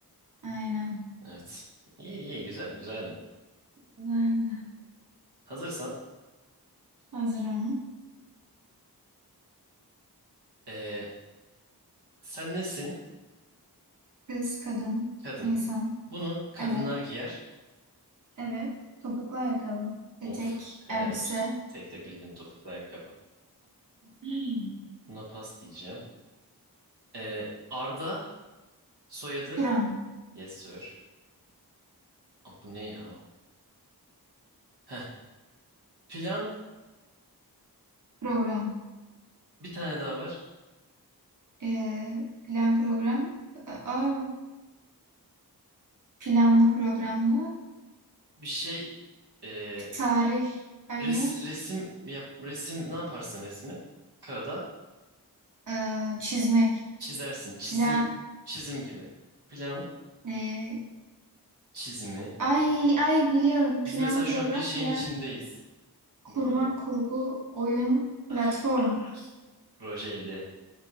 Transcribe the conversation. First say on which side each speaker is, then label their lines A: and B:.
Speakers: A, on the right; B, on the right.
A: Aynen.
B: Evet. İyi iyi güzel güzeldi.
A: Güzeldi.
B: Hazırsan
A: Hazırım.
B: eee, sen nesin?
A: Kız, kadın,
B: Kadın.
A: insan.
B: Bunu kadınlar
A: Evet.
B: giyer.
A: Evet. Topuklu ayakkabı. Etek,
B: Of helal
A: elbise.
B: olsun. Tek de bildin topuklu ayakkabı.
A: <laughs>
B: Buna pas diyeceğim. Eee, Arda Soyadı
A: Plan,
B: Yes sir. Aa, bu ne ya? Heh. Plan
A: program.
B: bir tane daha var.
A: Ee, plan program. Aa, planlı programlı.
B: Bir şey e,
A: Tarih. Ay
B: res-
A: ne?
B: resim yap resim ne yaparsın resmi? Kağıda
A: Ee, çizmek.
B: çizersin. Çizim
A: Plan.
B: çizim gibi. Plan
A: ee,
B: çizimi
A: ay
B: işte.
A: ay biliyorum.
B: Biz
A: Plan
B: mesela
A: program.
B: şu an bir şeyin
A: Plan
B: içindeyiz bu
A: kurmak
B: uygulamanın.
A: kurgu oyun
B: Ah,
A: platform.
B: ah, projeydi.